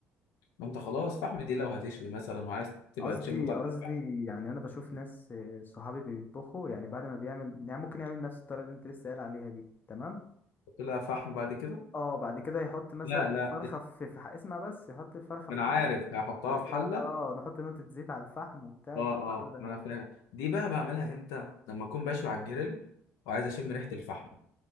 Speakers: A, on the left (about 85°); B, on the left (about 30°).
A: ما انت خلاص فحم دي لو هتشوي مثلا وعايز تبقى
B: قصدي
A: تشم طعم
B: قصدي
A: الفحم،
B: يعني انا بشوف ناس آه، صحابي بيطبخوا يعني بعد ما بيعمل يعني ممكن يعمل نفس الطريقه اللي انت لسه قايل عليها دي تمام
A: تحط لها فحم بعد كده
B: اه بعد كده يحط مثلا
A: لا
B: الفرخه
A: لا
B: في, في ح- اسمع بس يحط الفرخه
A: ما
B: في
A: انا
B: حله
A: عارف هحطها
B: بعد
A: في
B: كده
A: حله
B: اه نحط نقطه زيت على الفحم وبتاع
A: اه
B: تبقى
A: اه
B: عامله
A: ما انا فاهم دي بقى بعملها امتى لما اكون بشوي على الجريل وعايز اشم ريحه الفحم